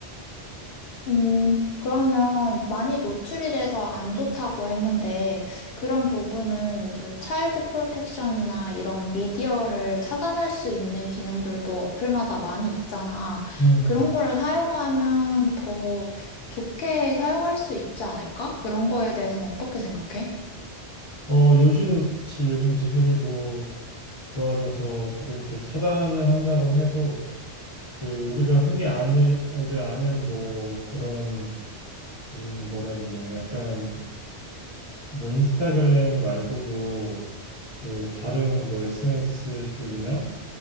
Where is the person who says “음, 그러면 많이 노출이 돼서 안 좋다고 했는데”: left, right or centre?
Left